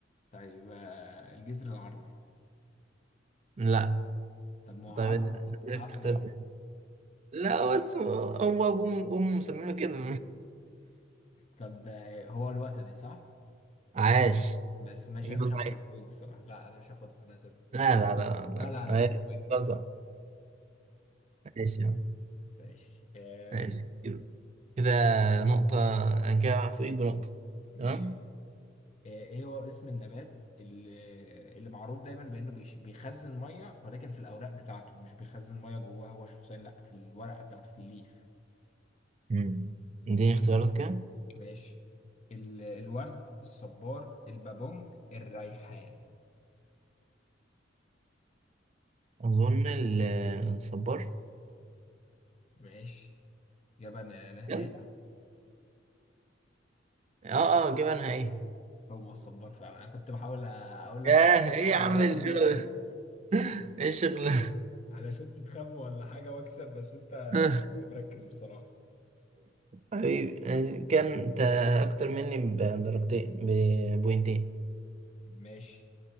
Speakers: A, on the left; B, on the right.
A: طيب آه، الجذر العرضي
B: لا
A: طب ما هو
B: طيب
A: عرض
B: اديلك
A: عرض
B: اختيار
A: اهو
B: تاني. لا بس هو هو ابوه امه مسمينه كده
A: طب آه، هو الوتدي صح؟
B: <laughs> عاش
A: بس ماشي
B: يلا
A: انا مش هاخد
B: عليك.
A: البوينت الصراحة لا انا مش هاخدها انا هسيبها
B: لا لا لا لا
A: لا لا
B: لا.
A: هسيب
B: طيب،
A: البوينت لا
B: خلاص ماشي يا عم.
A: ماشي آم،
B: ماشي كده كده نقطة أنا كده فوقيك بنقطة
A: ماشي
B: تمام؟
A: آه، ايه هو اسم النبات اللي, اللي معروف دايما بانه بيش- بيخزن ميه ولكن في الاوراق بتاعته مش بيخزن ميه جواه هو شخصيا لا في الورقة بتاعته في الليف
B: مم. اديني اختيارات كده
A: ماشي ال... الورد الصبار البابونج الريحان
B: اظن الصبار
A: ماشي إجابة ن- نهائية
B: بجد؟ اه اه جبنها ايه
A: هو الصبار فعلا أنا كنت بحاول أقول لك
B: ياه ايه
A: أوراق
B: يا عم الجو
A: يعني
B: ايه الشغل ده؟
A: علشان تتخم ولا حاجة وأكسب بس أنت
B: <laughs>
A: كنت مركز بصراحة
B: حبيبي كان انت اكتر مني بدرجتين ببوينتين
A: ماشي